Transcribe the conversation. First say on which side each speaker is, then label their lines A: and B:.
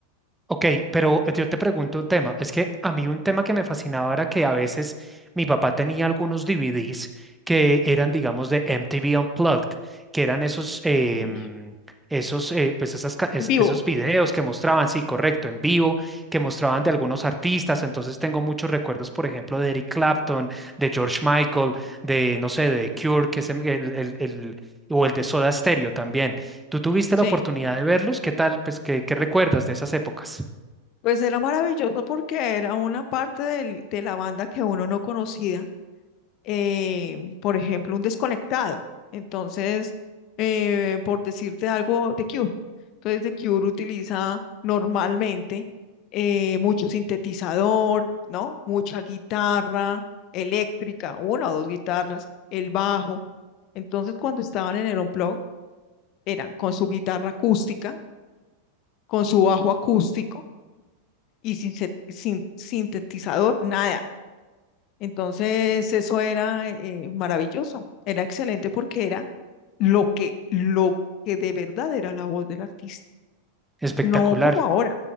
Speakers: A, in the centre; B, on the left.
A: Ok, pero yo te pregunto un tema. Es que a mí un tema que me fascinaba era que a veces mi papá tenía algunos DVDs que eran, digamos, de MTV Unplugged, que eran esos, eh,
B: eh,
A: mm, esos, eh, pues esas ca- es-
B: en vivo,
A: esos videos que mostraban, sí, correcto, en vivo, que mostraban de algunos artistas. Entonces tengo muchos recuerdos, por ejemplo, de Eric Clapton, de George Michael, de, no sé, de Cure, que es el, el- el- el- o el de Soda Stereo también. Tú tuviste
B: sí.
A: la oportunidad de verlos, ¿qué tal? Pues, ¿qué, qué recuerdas de esas épocas?
B: Pues era maravilloso porque era una parte del- de la banda que uno no conocía, eh, por ejemplo, un desconectado. Entonces, eh, por decirte algo, The Cure. Entonces, The Cure utiliza normalmente eh, mucho sintetizador, ¿no? Mucha guitarra eléctrica, una o dos guitarras, el bajo. Entonces, cuando estaban en el Unplugged, eran con su guitarra acústica, con su bajo acústico y sin, se- sin sintetizador, nada. Entonces, eso era eh, maravilloso, era excelente porque era lo que, lo que de verdad era la voz del artista,
A: Espectacular.
B: no como ahora,